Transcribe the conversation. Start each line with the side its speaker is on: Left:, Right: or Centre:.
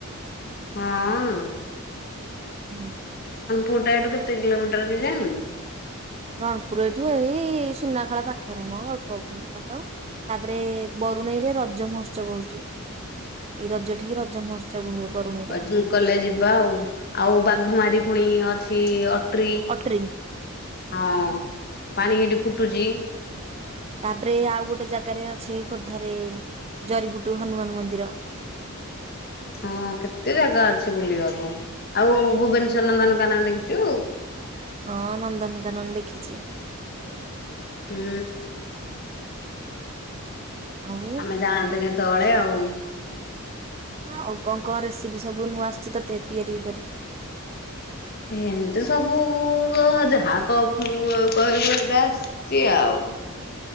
Left: ହଁ।
Right: ହୁଁ।
Left: ପୁରିଟା ଏଠୁ କେତେ କିଲୋମିଟର କେଜାଣି
Right: ରଣପୁର ଏଇଠୁ ଏଇ ସୁନାଖେଳା ପାଖିରେ ମୋ ଅଳ୍ପ ଆମ୍ ବାଟ ତାପରେ ବରୁଣେଇ ରେ ରଜ ମହୋତ୍ସବ ହୋଉ ରଜ ଟିକି ରଜ ମହୋତ୍ସ ହୁଏ। ବରୁଣେଇରେ
Left: ଅଜୁ ଗଲେ ଯିବା ଆଉ ଆଉ ବାଘ ମାରି ପୁଣି ଅଛି ଅ ଟ୍ରି
Right: ଅଟ୍ରି
Left: ହଁ ପାଣି ଏଠି ଫୁଟୁଚି
Right: ତାପରେ ଆଉ ଗୋଟେ ଜାଗାରେ ଅଛେ ଖୋର୍ଦ୍ଧାରେ ଜରିପୁଟୁ ହନୁମାନ ମନ୍ଦିର
Left: ହଁ କେତେ ଜାଗା ଅଛି ବୁଲିବାକୁ ଆଉ ଭୁବନେଶ୍ୱର ନନ୍ଦନକାନକ ଦେଖିଛୁ।
Right: ହଁ ନନ୍ଦନକାନନ ଦେଖିଛି।
Left: ହୁଁ।
Right: ଆଉ
Left: ଆମେ ଯାଆନ୍ତେ କେତେବେଳେ ଆଉ
Right: ଆଉ କଣ କଣ ରେସିପି ସବୁ ନୂଆ ଆସିଛି ତତେ ତିଆରି କରି?
Left: ଏମିତି ସବୁ ଯାହା କ ଉମ ପ ଯାହା କହିବୁ ହେଟାସ୍ ସିଏ ଆଉ।